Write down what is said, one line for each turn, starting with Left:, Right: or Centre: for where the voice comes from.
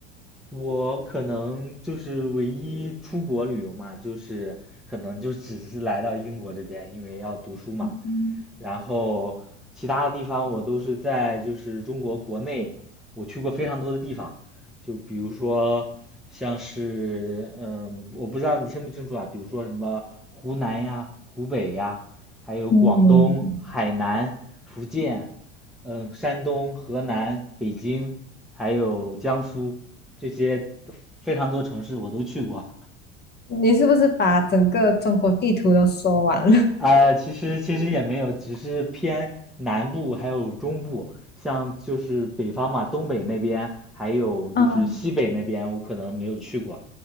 Centre: 我可能就是唯一出国旅游嘛，就是可能就只是来到英国这边，因为要读书嘛。
Left: 嗯，
Centre: 然后其他的地方我都是在就是中国国内，我去过非常多的地方，就比如说像是嗯，我不知道你清不清楚啊，比如说什么湖南呀、湖北呀，还有广东、
Left: 嗯
Centre: 海南、福建，嗯，山东、河南、北京，还有江苏这些非常多城市我都去过。
Left: 你是不是把整个中国地图都说完了？
Centre: 呃，其实其实也没有，只是偏南部还有中部，像就是北方嘛，东北那边还有就是西北那边，
Left: <laughs> 嗯
Centre: 我可能没有去过，